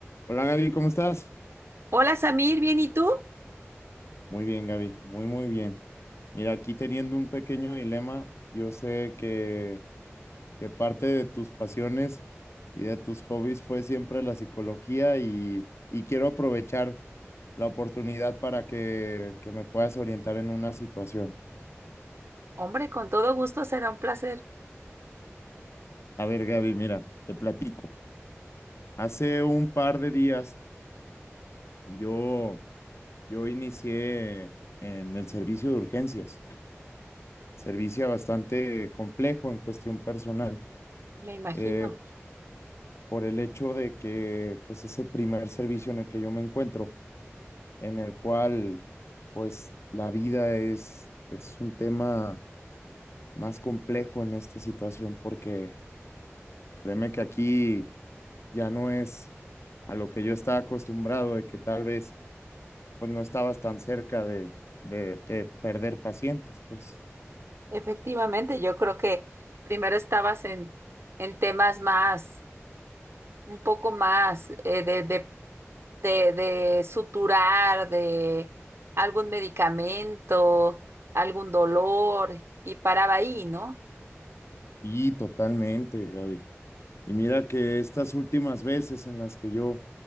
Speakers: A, on the left (about 65°); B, on the right (about 60°).
A: Hola Gaby, ¿cómo estás?
B: Hola Samir, ¿bien y tú?
A: Muy bien, Gaby, muy, muy bien. Mira, aquí teniendo un pequeño dilema, yo sé que, que parte de tus pasiones y de tus hobbies fue siempre la psicología y, y quiero aprovechar la oportunidad para que, que me puedas orientar en una situación.
B: Hombre, con todo gusto será un placer,
A: A ver, Gaby, mira, te platico. Hace un par de días yo, yo inicié en el servicio de urgencias, servicio bastante complejo en cuestión personal.
B: me imagino.
A: eh, por el hecho de que pues es el primer servicio en el que yo me encuentro, en el cual pues la vida es, es un tema más complejo en esta situación porque créeme que aquí ya no es a lo que yo estaba acostumbrado de que tal vez pues no estabas tan cerca de, de, de perder pacientes, pues.
B: Efectivamente, yo creo que primero estabas en, en temas más, un poco más eh, de, de, de, de suturar, de algún medicamento, algún dolor, y paraba ahí, ¿no?
A: Sí, totalmente, Gaby. Y mira que estas últimas veces en las que yo,